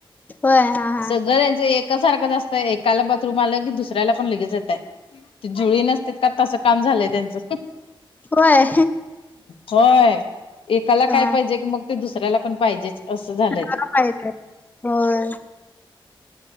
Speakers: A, on the left; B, on the left.
A: होय हा हा
B: सगळं त्यांचं एका सारखंच असतय एकाला बाथरूम आलं की दुसऱ्याला पण लगेच येतय. ते जुळी नसते का तसं काम झालंय त्यांचं.
A: होय
B: होय एकाला
A: हा
B: काय पाहिजे की मग ते दुसऱ्याला पण पाहिजेच. असं झालंय
A: हा
B: ते.
A: पाहिजे होय